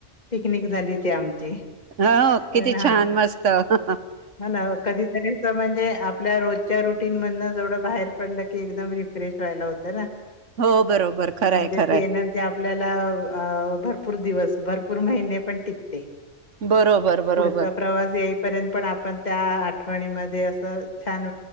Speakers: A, on the left; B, on the right.
A: पिकनिक झाली ती आमची
B: हो
A: पण
B: किती
A: हा
B: छान मस्त हा,
A: हा ना कधीतरी अस म्हणजे आपल्या रोजच्या रुटीन मधन जवढं बाहेर पडलं की एकदम रिफ्रेश व्हायला होतं ना
B: हो बरोबर खरंय
A: म्हणजे
B: खरंय
A: ती एनर्जी आप आपल्याला अ भरपूर दिवस भरपूर महिने पण टिकते.
B: बरोबर बरोबर
A: पुढचा प्रवास येईपर्यंत पण आपण त्या आठवणीमध्ये अस छान